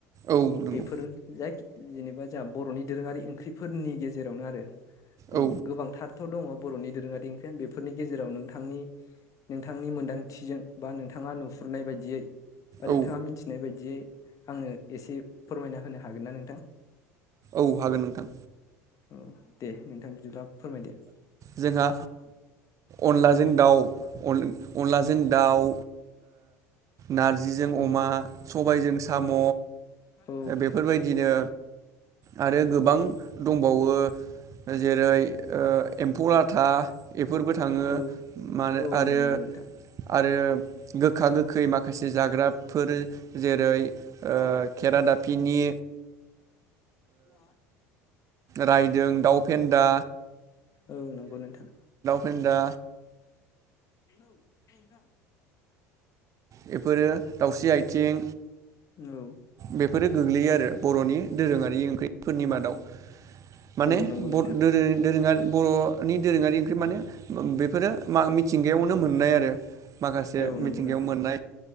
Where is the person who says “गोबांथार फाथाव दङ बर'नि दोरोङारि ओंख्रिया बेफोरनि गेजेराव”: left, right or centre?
Left